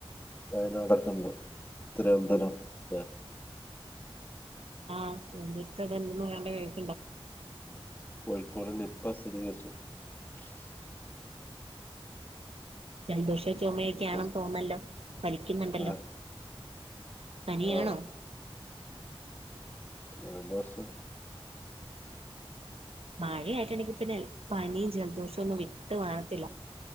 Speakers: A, on the left (about 20°); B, on the right (about 75°).
A: വയനാടൊക്കെ ഉണ്ട് തിര്വനന്തപുരം ലെ
B: ആഹ് <unintelligible>
A: കോഴിക്കോട് നിപ്പ സ്ഥിരീകരിച്ചു
B: <inaudible> ജലദോശവും ചുമയൊക്കെയാണെന്ന്
A: ഉം,
B: തോന്നുന്നല്ലോ വലിക്കുന്ന്ണ്ടല്ലോ
A: അതെ.
B: പനിയാണോ
A: ആ ജല ദോഷം
B: മഴ ആയിട്ട്ണ്ടെങ്കി പിന്നെ പനീം ജലദോഷൊന്നും വിട്ട് മാറത്തില്ല